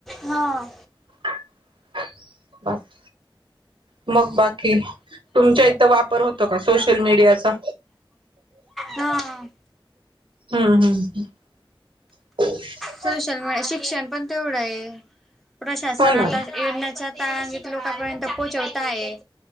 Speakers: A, in the centre; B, on the right (about 70°).
A: हा.
B: <unintelligible> मग बाकी तुमच्या इथं वापर होतो का सोशल मीडियाचा
A: हा. हा.
B: हम्म हम् ह. <inaudible>
A: सोशल मुळे शिक्षण पण तेवढं आहे. प्रशासन
B: हो ना
A: आता <unintelligible> <unintelligible> लोकांपर्यंत पोचवता आहे.